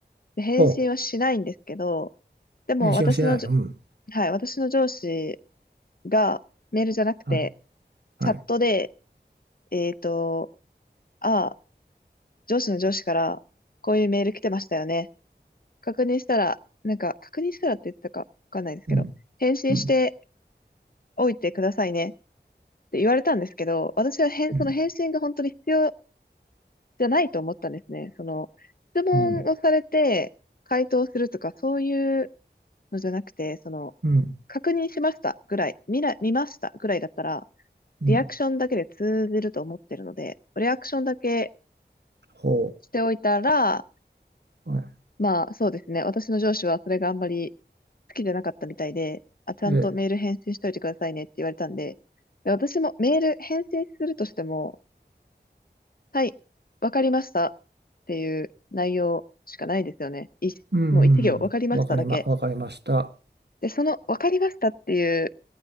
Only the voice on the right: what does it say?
ほ
う。返信をしない。うん。
はい。
はい。
うん。
うん
うん、
うん、
うん、
うん。
ほ
う。はい。
ええ、
うん、うん、
うん。わかりま、わかりました。